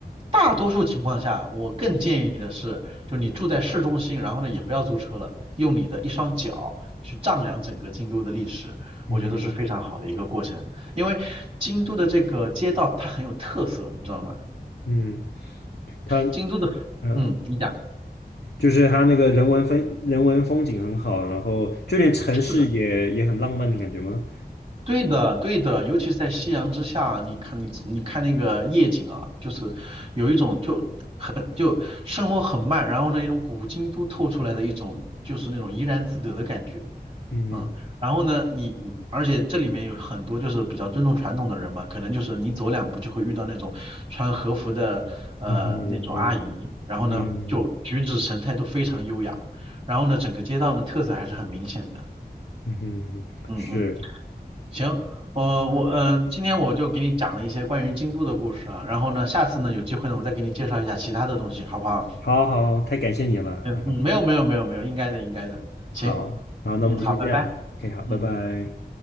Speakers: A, on the right; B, on the left.
A: 大多数情况下，我更建议的是，就你住在市中心，然后呢也不要租车了，用你的一双脚去丈量整个京都的历史，
B: 嗯嗯
A: 我觉得是非常好的一个过程。因为京都的这个街道它很有特色，你知道吗？
B: 嗯，它
A: 京都的，
B: 嗯，
A: 嗯，你讲，
B: 就是它那个人文风人文风景很好，然后就连城市也也很浪漫的感觉吗？
A: 是的，对的，对的，尤其是在夕阳之下，你看你你看那个夜景啊，就是有一种就就生活很慢，然后呢一种古京都透出来的一种就是那种怡然自得的感觉。
B: 嗯
A: 嗯，然后呢，你你而且这里面有很多就是比较尊重传统的人嘛，可能就是你走两步就会遇到那种穿和服的呃那种阿姨，
B: 嗯哼嗯
A: 然后呢就举止神态都非常优雅，
B: 嗯
A: 然后呢整个街道呢特色还是很明显的。
B: 嗯哼，
A: 嗯嗯，
B: 是，
A: 行，我我嗯、呃今天我就给你讲了一些关于京都的故事啊，然后呢下次呢有机会呢我再给你介绍一下其他的东西，好不好？
B: 好好，太感谢你了啊！
A: 嗯嗯，没有没有没有没有，应该的应该的，
B: 好好，
A: 行，
B: 那我们就先这样，OK，
A: 嗯好，拜拜，
B: 好，拜拜。
A: 嗯。